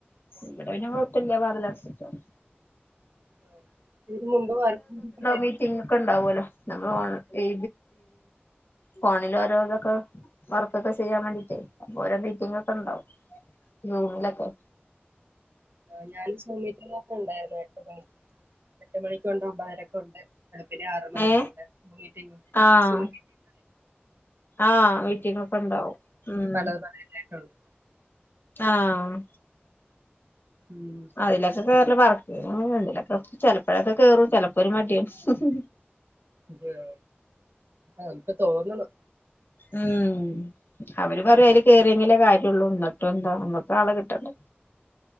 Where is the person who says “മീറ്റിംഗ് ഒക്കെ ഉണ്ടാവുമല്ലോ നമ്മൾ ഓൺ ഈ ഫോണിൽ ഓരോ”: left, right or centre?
Left